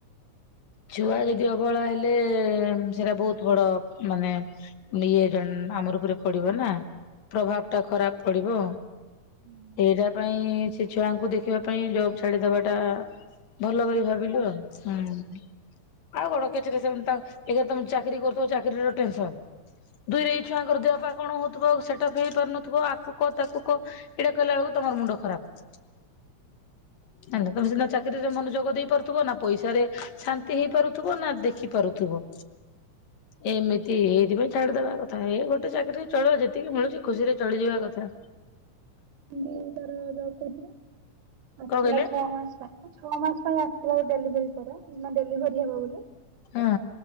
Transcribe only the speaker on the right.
ହୁଁ
ଦି ତାର ଯଵ କରୁଥିଲା ଆସିଲା
ଛଅ ମାସ ପାଇଁ। ଛଅ ମାସ ପାଇଁ ଆସଥିଲା ଡେଲିଭରି ପରେ ଡେଲିଭରି ହବ ବୋଲି।